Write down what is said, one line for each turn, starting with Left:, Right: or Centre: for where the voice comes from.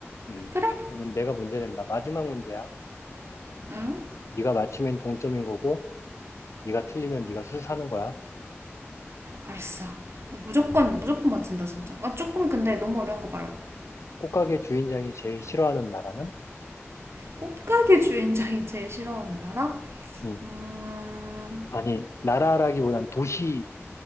Left: 음.
Right: 그래?
Left: 그러면 내가 문제 낸다. 마지막 문제야.
Right: 응,
Left: 네가 맞추면 동점인 거고, 네가 틀리면 네가 술 사는 거야.
Right: 알았어. 무조건,
Left: 음.
Right: 무조건 맞힌다 진짜. 아, 조금 근데 너무 어려운 거 말고.
Left: 꽃가게 주인장이 제일 싫어하는 나라는?
Right: 꽃가게 주인장이 제일 싫어하는 나라?
Left: 음.
Right: 음...
Left: 아니, 나라라기보단 도시,